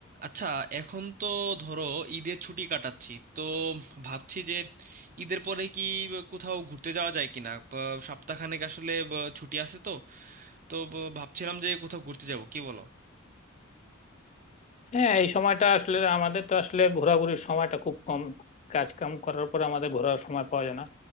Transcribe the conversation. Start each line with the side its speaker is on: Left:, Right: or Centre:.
Right: আচ্ছা এখন তো ধরো ঈদের ছুটি কাটাচ্ছি তো ভাবছি যে ঈদের পরে কি কোথাও ঘুরতে যাওয়া যায় কিনা প- সপ্তাহখানেক আসলে ব- ছুটি আছে তো তো ব- ভাবছিলাম যে কোথাও ঘুরতে যাব কি বলো
Left: হ্যাঁ এই সময়টা আসলে আমাদের তো আসলে ঘোরাঘুরির সময়টা খুব কম কাজ কাম করার পর আমাদের ঘোরার সময় পাওয়া যায় না